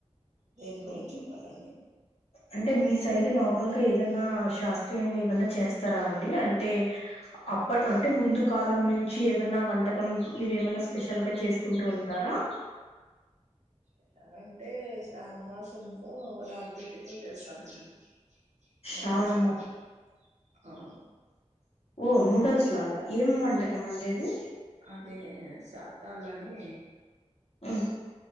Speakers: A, on the right (about 85°); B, on the left (about 60°).
A: దేని గురించి
B: ఓకే,
A: చెప్పాలండి
B: అంటే మీ సైడ్ నార్మల్ గా ఏదన్నా శాస్త్రీయంగా ఏవన్నా చేస్తారా అండి అంటే అప్పడు అంటే ముందు కాలం నుంచి ఏమైన్నా వంటకం మీరు ఏమైన్నా స్పెషల్ గా చేసుకుంటూ ఉంటారా
A: స్పెషల్ అంటే శ్రావణమాసంలో రాగి పిండితో చేస్తామండి
B: శ్రావణమా
A: నూడల్స్ లాగా ఆ
B: ఓ నూడల్స్ లాగా ఏం వంటకం అండి అది
A: అది సాద్దాలని
B: ఉం